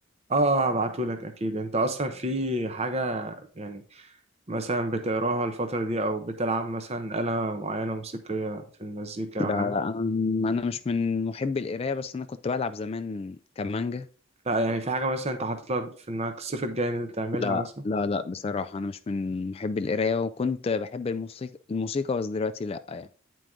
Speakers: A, on the right; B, on the left.
A: آه آه هبعتهولك أكيد أنت أصلا في حاجة يعني مثلا بتقراها الفترة دي أو بتلعب مثلا آلة معينة موسيقية في المزيكا
B: لا
A: أو حاجة
B: لا انا أنا مش من محبي القرايه بس انا كنت بلعب زمان كمانجا
A: لا يعني في حاجة مثلا انت حاطط لها في انك الصيف الجاي ان انت تعملها
B: لا
A: مثلا
B: لا لا بصراحه انا مش من محبي القرايه وكنت بحب الموسيقى الموسيقى بس دلوقتي لا يعني